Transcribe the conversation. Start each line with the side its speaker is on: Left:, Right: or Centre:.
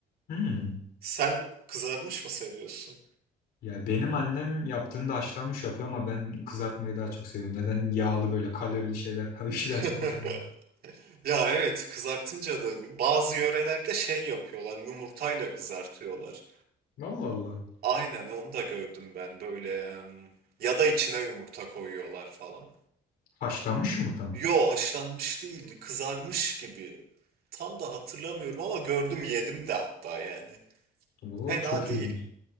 Left: Hmm.
Right: Sen kızarmış mı seviyorsun?
Left: Ya benim annem yaptığında haşlanmış yapıyor ama ben kızartmayı daha çok seviyorum. Neden yağlı böyle kalorili şeyler <laughs> tabii ki
Right: <laughs>
Left: daha çok hoşuma gidiyor.
Right: Ya evet kızartınca da bazı yörelerde şey yapıyorlar yumurtayla kızartıyorlar.
Left: Allah Allah.
Right: Aynen onu da gördüm ben böyle em, ya da içine yumurta koyuyorlar falan.
Left: Haşlanmış yumurta mı?
Right: Yo haşlanmış değildi kızarmış gibi. Tam da hatırlamıyorum ama gördüm yedim de hatta yani.
Left: Oo,
Right: Fena
Left: çok
Right: değil.
Left: ilginç.